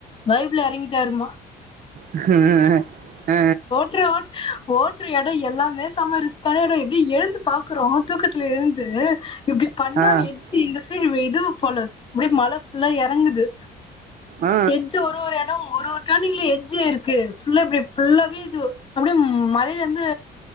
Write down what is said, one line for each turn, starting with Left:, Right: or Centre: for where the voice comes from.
Left: வைப் ல எறங்கிட்டாரு மா
Right: அ அ
Left: ட்ரோ ஓட்ற எடொ எல்லாமே சம்ம ரிஸ்க்கான எடொ எப்டி எழுந்து பாக்குறோ தூக்கத்துல எழுந்து இப்டி பண்ணா
Right: ஆ
Left: ஏன்ச்சி இந்த <unintelligible> போல அப்டியே மல ஃபுல்லா எறங்குது
Right: ஆ
Left: எட்ஜு ஒரு ஒரு எடொ ஒரு ஒரு டனி ங் எட்ஜு இருக்கு ஃபுல்லா இப்டி ஃபுல்லாவே இது அப்டியே மலைலந்து